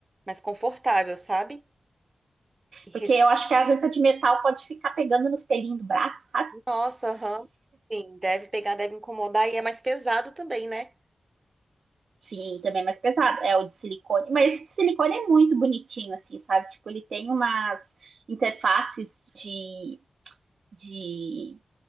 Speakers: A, on the right; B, on the right.
A: mais confortável, sabe? E res-
B: Porque eu acho que às vezes a de metal pode ficar pegando nos pelinhos do braço, sabe? <laughs>
A: Nossa, aham. Sim, deve pegar, deve incomodar e é mais pesado também, né?
B: Sim, também é mais pesado. É o de silicone. Mas esse de silicone é muito bonitinho, assim, sabe? Tipo, ele tem umas interfaces de. de...